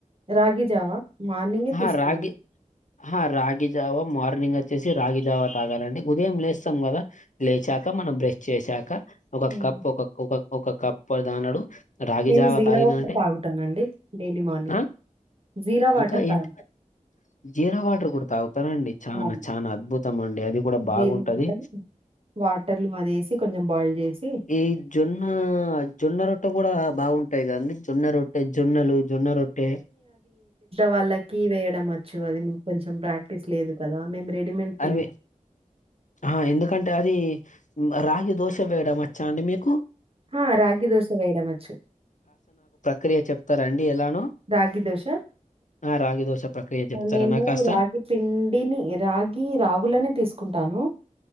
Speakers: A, on the right; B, on the left.
A: రాగి జావా మార్నింగే
B: హ
A: తీసుకోవాలి.
B: రాగి హా రాగి జావ మార్నింగ్ వచ్చేసి రాగి జావా తాగాలండి ఉదయం లేస్తాం కదా లేచాక మనం బ్రష్ చేసాక ఒక
A: హ్మ్.
B: కప్పు ఒక ఒక ఒక కప్ప దానడు రాగి
A: నేను
B: జావ
A: జీరా
B: తాగిన
A: వాటర్
B: అంటే
A: తాగుతానండి డైలీ మార్నింగ్
B: ఆ
A: జీరా వాటర్
B: ఇంకా ఏంటి
A: తాగుతా.
B: జీరా వాటర్ కూడా తాగుతారండి చనా
A: అవును.
B: చనా అద్భుతం అండి అది కూడా బాగుంటది
A: జీరా వాటర్, వాటర్‌లో అదేసి కొంచెం బాయిల్ జేసి
B: ఈ జొన్న జొన్న రొట్ట కూడా బాగుంటాయిద అండి జొన్నె రొట్టె జొన్నలు జొన్న రొట్టె
A: వాళ్ళకి వేయడం <unintelligible> అది కొంచెం ప్రాక్టీస్ లేదు కదా మేము రెడీమేడ్ తిం
B: అవి ఆ ఎందుకంటే అది రాగి దోశ వేయడం వచ్చా అండి మీకు
A: ఆ రాగి దోశ వేయడ వచ్చు
B: క్రియ చెప్తారండి ఎలానో
A: రాగి దోష
B: ఆ రాగి దోశ ప్రక్రియ చెప్తారా
A: నేను
B: నాకు కాస్త
A: రాగి పిండిని రాగి రాగులనే తీసుకుంటాను